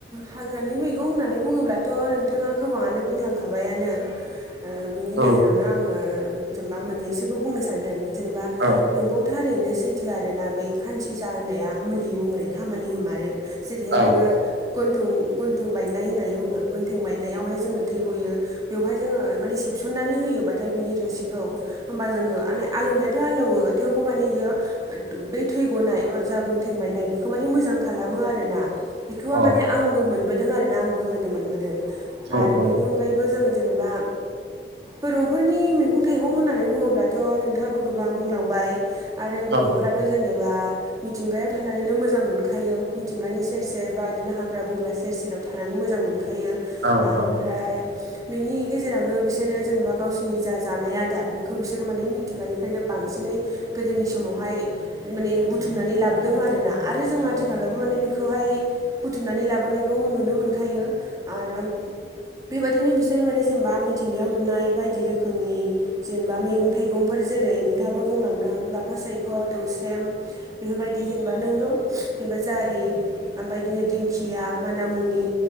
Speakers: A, on the right; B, on the right.
A: हाग्रानि मैगं होननानै बुङोब्लाथ' नोंथाङा गोबाङानो बुंलांखाबायानो ओ बिनि गेजेरावनो
B: औ
A: आङो जेनेबा मोननैसोखौ बुंनो सानदों जेनेबा
B: औ
A: नोंगौ थारैनो सैथो आरोना बै खानसिसा होननाया मुलि महरै खामानि होमारो जेरैहाय
B: औ
A: नोङो गन्थं गन्थं बायनाय होननानै बुङो गन्थं बायनायावहाय जोङो थै गयो बेवहाय जोङो माने सेबसननानै होयोबाथाय बिनि रोसिखौ होमबा जोङो आलौवनायाथ' आलौवो थेवबो माने इयो बै थै गनाय जा गुन थें बायनाय बेखौ माने मोजां खालामो आरोना बेखौहा
B: औ
A: माने आंबो मोनबोदों आरो ना आंबो होनो मोनबोदों
B: औ
A: आरो बेनि अनगायैबो जों जेनेबा
B: <inaudible>
A: बर'फोरनि मैगं थाइगं होननानै बुङोब्लाथ' नोंथाङाबो गोबां बुंलांबाय आरो बर'फोराथ'
B: औ
A: जेनेबा मिथिंगायाव थानानैनो मोजां मोनखायो मिथिंगानि सेर सेर बा बिदिनो हाग्रा बंग्रा सेर सेराव थानानै मोजां मोनखायो
B: औ
A: ओमफ्राय बेनि गेजेरावनो बिसोरो जेनेबा गावसिनि जा जानाय आदार बेखौ बिसोरो माने मिथिंगानिफ्रायनो बांसिनै गोदोनि समावहाय माने बुथुमनानै लाबोदोंमोन आरोना आरो जों आथिखालावबो माने बेखौहाय बुथुमनानै लाबोनायखौ नुनो मोनखायो आरो बेबायदिनो बिसोरो माने जेनेबा मिथिंगायाव मोननाय बायदि रोखोमनि जेनेबा मैगं थाइगंफोर जेरै नोंथाङाबो बुंलांदों लाफा सायख' दौस्रेम बेफोरबायदि जेनेबा नोंगौ जेनेबा जारि ओमफ्राय बिदिनो दिंखिया मानामुनि